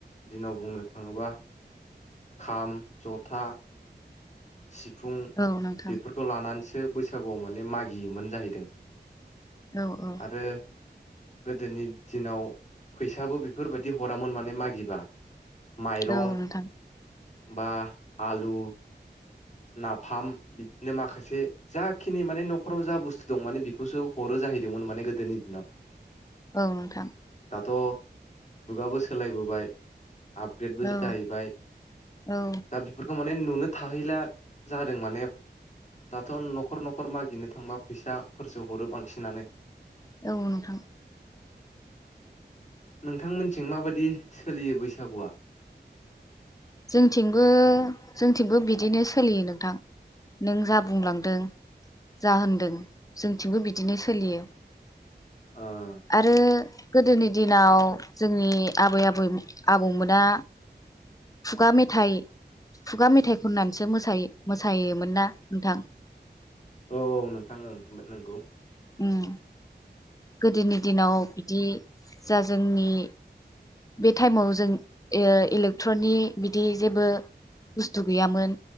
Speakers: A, on the left; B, on the left.
A: दिनाव बुंनो थाङोबा खाम जथा था <unintelligible> सिफुं
B: औ नोंथां
A: बेफोरखौ लानानैसो बैसागुआव माने मागियोमोन जाहैदों
B: औ औ
A: आरो गोदोनि दिनाव फैसाबो बेफोरबायदि हरामोन माने मागिबा माइरं
B: औ नोंथां
A: बा आलु नाफाम बिदिनो माखासे जाखिनि माने न'खराव जा बुस्थु दं माने बेखौसो हरो जाहैदोंमोन माने गोदोनि दिनाव
B: औ नोंथां
A: दाथ' जुगाबो सोलायबोबाय आपग्रेडबो जाहैबाय
B: औ औ
A: दा बेफोरखौ माने नुनो थाहैला जादों माने दाथ' न'खर न'खर मागिनो थांबा फैसाफोरसो हरो बांसिनानो
B: औ नोंथां
A: नोंथांमोनथिं माबायदि सोलियो बैसागोआ
B: जोंथिंबो जोंथिंबो बिदिनो सोलियो नोंथां नों जा बुंलांदों जा होनदों जोंथिंबो बिदिनो सोलियो
A: आ <unintelligible>
B: आरो गोदोनि दिनाव जोंनि आबै आबै आबौमोना खुगा मेथाइ खुगा मेथाइ खननानैसो मोसायोमोन ना नोंथां
A: औ औ नोंथां ओं नंगौ
B: उम गोदोनि दिनाव बिदि जा जोंनि बे टाइमाव जों इलेक्ट्रनि बिदि जेबो बुस्थु गैयामोन